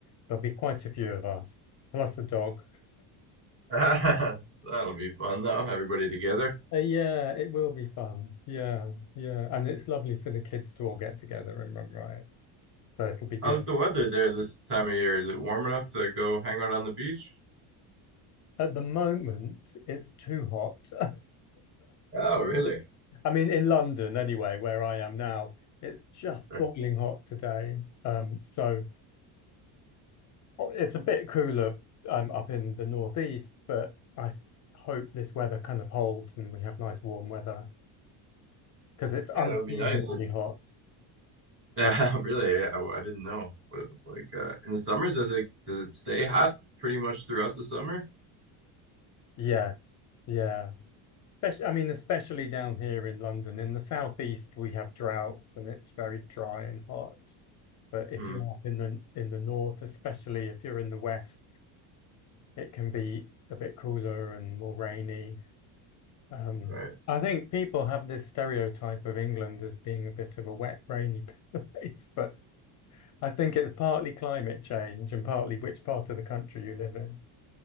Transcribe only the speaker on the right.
<laughs> So that'll be fun though, everybody together.
How's the weather there this time of year? Is it warm enough to go hang out on the beach?
Oh, really?
<laughs>
Yeah,
that would be nice. It,
<laughs> yeah,
really. yeah, I, I didn't know what it was like. Uh, in the summers, does it does it stay hot pretty much throughout the summer?
Hmm.
Right.